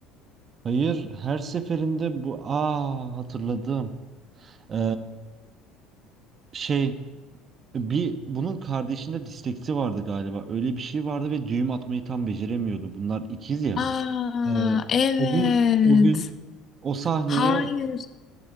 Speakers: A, on the right; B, on the left.
A: Hayır her seferinde bu aa hatırladım. Ee, şey Bir bunun kardeşinde disteksi vardı galiba. Öyle bir şey vardı ve düğüm atmayı tam beceremiyordu. Bunlar ikiz ya.
B: Aa,
A: Ee,
B: evet.
A: o gün o gün o sahneye
B: Hayır.